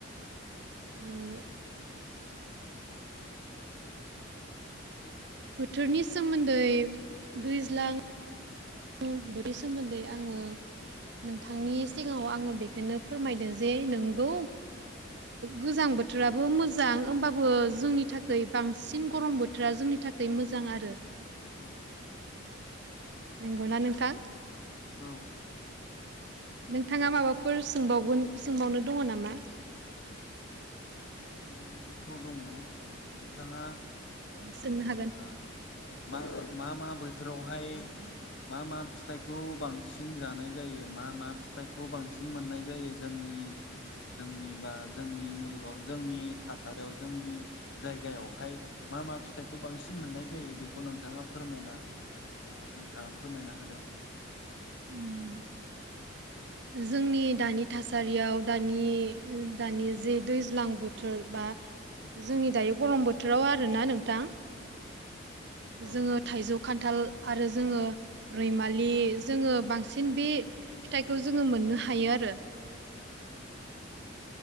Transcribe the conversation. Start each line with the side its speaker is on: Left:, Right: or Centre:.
Left: औ
Right: ओ बोथोरनि सोमोन्दै दैज्लां <unintelligible> सोमोन्दै आङो नोंथांनि सिगाङाव आङो बेखौनो फोरमायदों जे नोंगौ गोजां बोथोराबो मोजां होमबाबो जोंनि थाखाय बांसिन गरम बोथोरा जोंनि थाखाय मोजां आरो
Left: औ
Right: नंगौना नोंथां
Left: औ
Right: नोंथाङा माबाफोर सोंबावगोन सोंबावनो दङ नामा
Left: सोंनांगौथ' दङ नोंथाङा ओ
Right: सोंनो
Left: जेनेबा
Right: हागोन
Left: मा मा मा बोथोरावहाय मा मा फिथाइखौ बांसिन जानाय जायो मा मा फिथाइखौ बांसिन मोननाय जायो जोंनि जोंनि बा जोंनि मुलुगाव जोंनि थासारियाव जोंनि जायगायावहाय मा मा फिथाइखौ बांसिन मोननाय जायो बेखौ नोंथाङा फोरमायनो हायोब्ला नोंथाङा फोरमायना होदो।
Right: उम जोंनि दानि थासारियाव दानि दानि जे दैज्लां बोथोर बा जोंनि दायो गरम बोथोराव आरोना नोंथां
Left: औ
Right: जोङो थाइजौ खान्थि खान्थाल आरो जोङो रैमालि जोङो बांसिन बे फिथ खौ जोङो मोननो हायो आरो
Left: औ